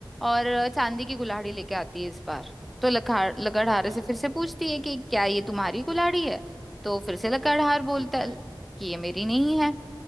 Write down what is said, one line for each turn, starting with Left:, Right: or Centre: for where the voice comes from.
Centre: और चांदी की कुल्हाड़ी लेके आती है इस बार तो लखार लकड़हारे
Right: समझा
Centre: से फिर से पूछती है कि क्या ये तुम्हारी कुल्हाड़ी है तो फिर से लकड़हार बोलता
Right: ठीक
Centre: है
Right: है
Centre: कि ये मेरी नहीं है